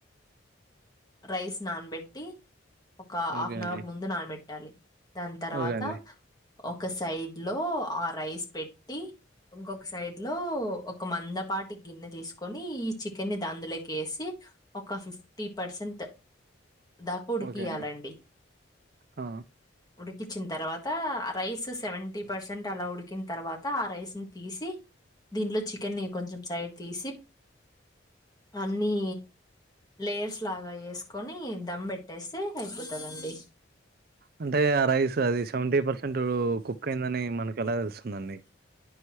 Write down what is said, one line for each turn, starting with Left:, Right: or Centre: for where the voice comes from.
Left: రైస్ నాన్బెట్టి ఒక హాఫ్
Right: ఓకే
Left: అన్
Right: అండి
Left: అవర్ ముందు నానబెట్టాలి దాని తర్వాత
Right: ఓకే అండి
Left: ఒక సైడ్ లో ఆ రైస్ పెట్టి ఇంకొక సైడ్ లో ఒక మందపాటి గిన్నె తీసుకొని ఈ చికెన్ని ని అందులోకి వేసి ఒక ఫిఫ్టీ పర్సెంట్ దాకా ఉడికియాలండి
Right: ఓకే అండి ఆ!
Left: ఉడికించిన తర్వాత తవా రైస్ సెవెంటీ పర్సెంట్ అలా ఉడికిన తర్వాత ఆ రైస్ ని తీసి దీంట్లో చికెన్ ని కొంచెం సైడ్ తీసి అన్నీ లేయర్స్ లాగా వేసుకొని దమ్ పెట్టేస్తే అయిపోతదండి
Right: అంటే ఆ రైస్ అది సెవెంటీ పర్సెంట్ కుక్ అయిందని మనకు ఎలా తెలుస్తుందండి